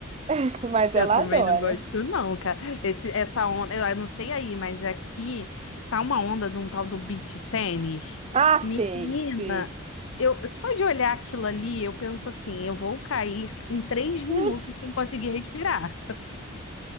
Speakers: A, on the right (about 30°); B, on the left (about 65°).
A: <laughs> Mas ela
B: Eu também
A: adora.
B: não gosto, não, cara. Esse, essa onda, eu não sei aí, mas aqui tá uma onda de um tal do beach tênis.
A: Ah, sei,
B: Menina,
A: sei.
B: eu só de olhar aquilo ali, eu penso assim, eu vou cair em três
A: <laughs>
B: minutos sem conseguir respirar.